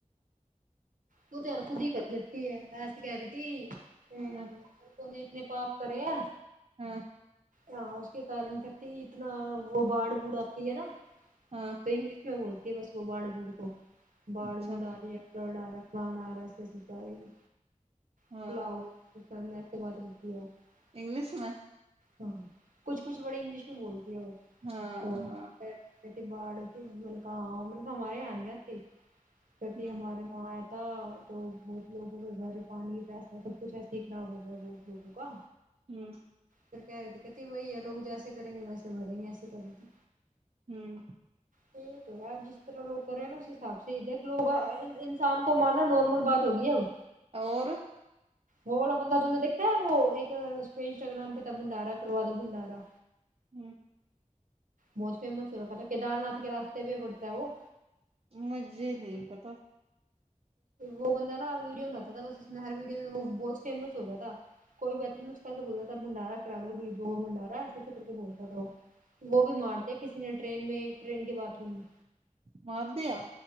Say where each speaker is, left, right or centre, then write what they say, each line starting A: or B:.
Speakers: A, on the right; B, on the right.
A: وہ تو یار خود ہی کر لتی ہے ایسے کہہ رہی تھی پے
B: ہاں
A: کونے اتنے پاپ کرے ہے
B: ہاں
A: ہاں اس کے کارن کہتی اتنا وہ باڑ بوڑھآتی ہے نا
B: ہاں
A: تو انگلش میں بولتی ہے بس وہ باڑ بوڑ کو باڑ
B: اچھا
A: بوڈآ رہی ہےکرڈ آ رہا ہے کان آ رہا اسکے ستا آ رہی
B: ہاں
A: <unintelligible>
B: انگلش میں
A: ہاں کچھ کچھ بڑی انگلش میں بولتی ہے وہ
B: ہاں
A: تو
B: ہاں
A: کتی باڑ کی میں نے کہا ہمارے یہا نہیں آتی کہتی
B: ہ
A: ہمارے وہاں تھا تو بہت لوگوں کے گھر پانی ویسے ہی سب کچھ ایسے ہی کام ہوگیا بہت لوگوں کا
B: ہمم
A: پھر کہے رہی کہتی وہی ہے لوگ جیسے کریں گے ویسے بھریں گے ایسے کہے ریی تھی
B: ہمم
A: ٹھیک ہے آپ جس طرح لوگ کر رہے ہیں نا حساب سے دیک لو گا انسان کو مارنا نارمل بات ہوگی اب
B: اور
A: وہ والا بندہ تم نے دیکھا ہے وہ ایک اس پے انسٹاگرام پے تھا بنڈارا کروا دو بنڈارا
B: ہمم
A: بہت فیمس ہو راکھا تھا کیدار ناتھ کے راستے پے بڑتا ہے وہ
B: مجھے نہیں پتا
A: وہ بندہ نا ویڈیو بناتا تھا بس اس میں ہر ویڈیو میں وہ بہت فیمس ہو گیا تھا کوئی بس اتے اس کو ایسے بولتا تھا منڈارا کرا دو یببوں بنڈارا ایسے سے کر کے بولتا تھا وہ وہ بھی مارتے کسی نے ٹرین میں ٹرین کے باتھ روم میں
B: ماردیا